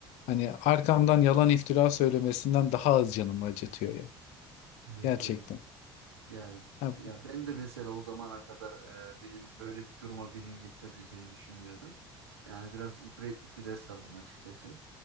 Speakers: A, on the left; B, on the right.
A: hani arkamdan yalan iftira söylemesinden daha az canımı acıtıyor ya
B: Evet,
A: gerçekten.
B: evet. Yani
A: Ha,
B: ya ben de mesela o zamana kadar e, benim böyle bir duruma birinin getirebileceğini düşünmüyordum. Yani biraz ibretlik bir ders aldım açıkçası.